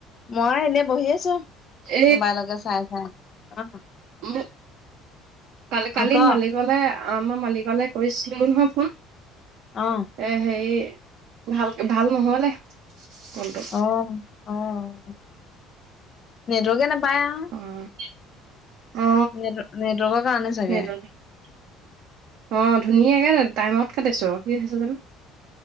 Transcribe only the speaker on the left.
মই এনেই বহি আছোঁ
মোবাইলকে চাই চাই অ
অ ক
অ
অ', অ'। নেটৱৰ্কে নাপায়।
নেট নেটৱৰ্কৰ কাৰণে চাগে